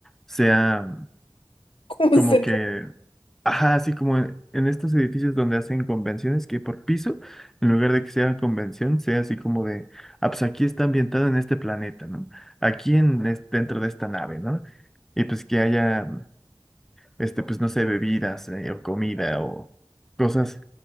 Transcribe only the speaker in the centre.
sea
como que,
ajá, así como en, en estos edificios donde hacen convenciones, que por piso, en lugar de que sea convención, sea así como de, ah, pues aquí está ambientado en este planeta, ¿no? Aquí en, es- dentro de esta nave, ¿no? Y pues que haya, este, pues no sé, bebidas, eh, o comida o cosas,